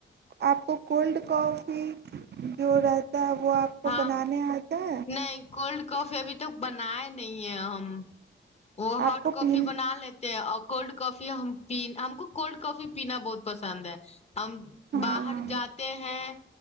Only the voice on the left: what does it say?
ہاں
نہیں کولڈ کافی ابھی توک بنایا نہیں ہے ہم وہ ہاٹ
کافی
بنا لیتے ا کولڈ کافی ہم ہم کو کولڈ کافی پینا بہت پسند ہے ہم
باہر
جاتے ہیں